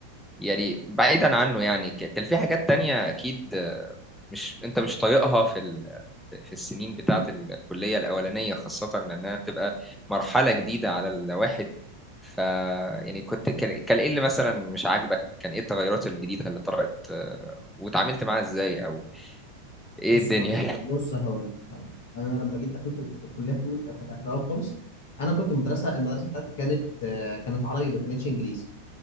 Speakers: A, in the centre; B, on the left (about 55°).
A: يعني بعيدا عنه يعني ك- كان في حاجات تانية اكيد مش انت مش طايقها في ال... في السنين بتاعه الكليه الاولانيه خاصه لانها بتبقى مرحله جديده على الواحد ف يعني كنت كان كان ايه اللي مثلا مش عاجبك كان ايه التغيرات الجديده اللي طرأت آه، وتعاملت معاها ازاي او ايه
B: بص
A: الدنيا
B: ه- بص هقول هقول انا لما جيت دخلت الكليه في الاول في في اول خالص انا كنت مدرسه المدرسه بتاعتي كانت آه، كانت عربي ما كانتش انجليزي